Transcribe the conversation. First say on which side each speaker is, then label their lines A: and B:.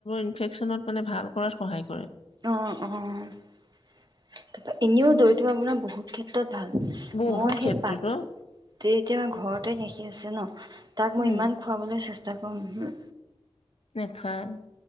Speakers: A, on the left (about 85°); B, on the right (about 45°).
A: ইনফেকচনত মানে ভাল? কৰাত সহায় কৰে।
B: অ অ তাৰপা এনেও
A: উম,
B: দৈতো আপোনাৰ বহুত ক্ষেত্ৰত ভাল
A: বহুত
B: মই সেই
A: ক্ষেত্ৰত
B: পাত
A: অ',
B: তে এতিয়া ঘৰতে গাখীৰ আছে ন তাক
A: উম,
B: মই ইমান খোৱাবলৈ চেষ্টা? কৰো নহয়?
A: নেখায়?